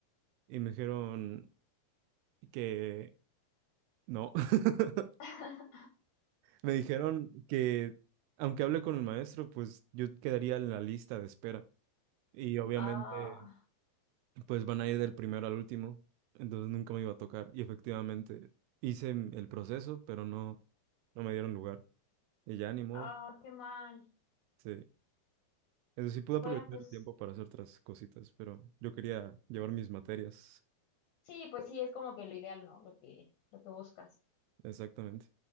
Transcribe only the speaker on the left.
<laughs>
Ah,
ah, qué mal.
Bueno,
pues
Sí, pues sí, es como que lo ideal, ¿no? Lo que, lo que buscas.